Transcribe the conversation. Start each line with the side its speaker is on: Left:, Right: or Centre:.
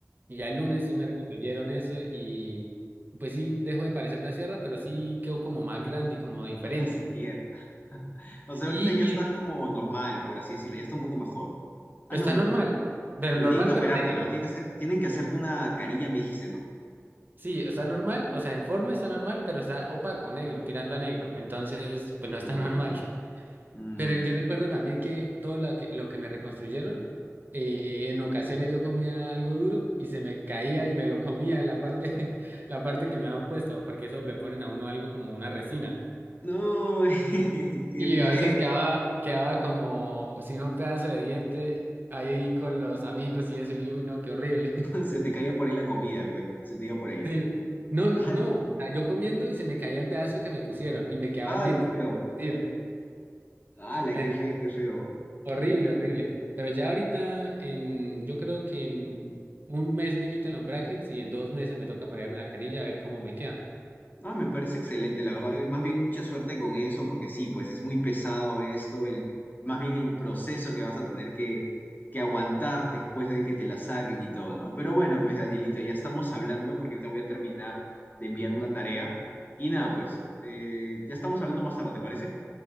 Right: Y ya el lunes sí me reconstruyeron eso y pues sí dejó de parecer una sierra, pero sí quedó como más grande y como diferente.
Left: La sierra. <laughs> O sea,
Right: Y,
Left: ahorita ya
Right: y
Left: estás como normal, por así decirlo, ya está un poco mejor. Ah,
Right: está
Left: no, pero,
Right: normal, pero
Left: pero
Right: normal
Left: tienen que operártelo,
Right: pero negro.
Left: ¿no? tienen que hacer- tienen que hacerte una carilla, me dijiste, ¿no?
Right: Sí, está normal, o sea, en forma está normal, pero está opaco, negro, tirando a negro. Entonces, pues no está
Left: Uy.
Right: <laughs> normal.
Left: Mm.
Right: Pero yo recuerdo también que todo lo que, lo que me reconstruyeron, eh, en ocasiones yo comía algo duro y se me caía y me lo comía la parte, <laughs> la parte que me habían puesto, porque eso le ponen a uno algo como una resina.
Left: No, <laughs> qué
Right: Y a
Left: feo.
Right: veces quedaba, quedaba como sin un pedazo de diente ahí con los amigos y eso, y yo, uy, no, qué horrible.
Left: Se te caía por ahí la comida, pues, ¿no? Se te iba por ahí.
Right: Sí, no, no,
Left: Ala.
Right: o sea, yo comiendo y se me caía el pedazo que me pusieron y me quedaba
Left: Ay,
Right: el diente
Left: qué feo.
Right: partido.
Left: Ala,
Right: Ent-
Left: qué feo, qué feo.
Right: horrible, horrible. Pero ya ahorita, en, yo creo que en un mes me quitan los brackets y en dos meses me toca parearme la carilla a ver cómo me queda.
Left: Ah, me parece excelente, la verdad. Eh, Más bien mucha suerte con eso, porque sí, pues es muy pesado esto, el, más bien el proceso que vas a tener que, que aguantar después de que te la saquen y todo, ¿no? Pero bueno, pues Danielita, ya estamos hablando porque ahorita voy a terminar de enviar una tarea. Y nada, pues, eh, ya estamos hablando más tarde, ¿te parece?